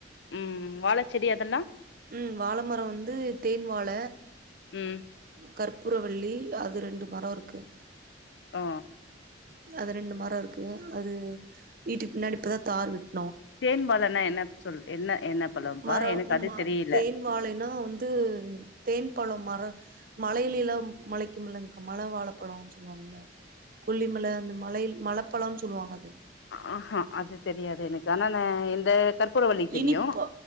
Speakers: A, on the left; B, on the right.
A: ம் வாழச்செடி அதெல்லா
B: ம் வாழ மரோ வந்து தேன் வாழ
A: உம்
B: கற்பூர வள்ளி அது ரெண்டு மொரோ இருக்கு
A: ஆ
B: அது ரெண்டு மர இருக்கு அது வீட்டுக் பின்னாடி இப்பதா தார் விட்
A: தேன் வாழனா என்ன சொல்லு என்ன என்ன பழம்ப்பா
B: மரோ
A: எனக்கு அது
B: மா
A: தெரியல
B: தேன் வாழைனா வந்து தேன் பழோ மர மலைலிலாம் மொளைக்கும் இல்லங்கா மழ வாழப்பழோன் சொல்லுவாங்குல கொல்லிமல அந்த மலை மலப்பழோன் சொல்லுவாங்க அது
A: ஆஹ் ஹா அது தெரியாது எனக்கு ஆனா நா இந்த கற்பூரவள்ளி தெரியு
B: இனிப்பா